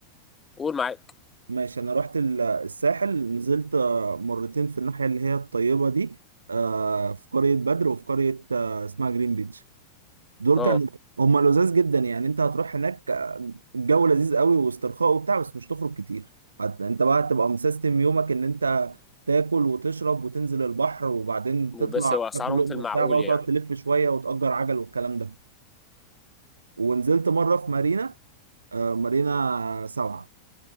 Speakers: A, on the left (about 15°); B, on the right (about 75°).
A: قول معاك
B: ماشي انا رحت ال- الساحل نزلت آه، مرتين في الناحيه اللي هي الطيبه دي آه في قريه بدر وفي قريه آه اسمها جرين بيتش دول
A: اه
B: كانوا هم لذاذ جدا يعني انت هتروح هناك الجو لذيذ قوي واسترخاء وبتاع بس مش تخرج كتير هت- انت بقى هتبقى مسيستم يومك ان انت تاكل وتشرب وتنزل البحر وبعدين تطلع
A: بس هو اسعارهم
B: تاكل لقمه
A: في المعقول
B: وبتاع بقى وتقعد
A: يعني
B: تلف شويه وتأجر عجل والكلام ده ونزلت مره في مارينا آه، مارينا سبعة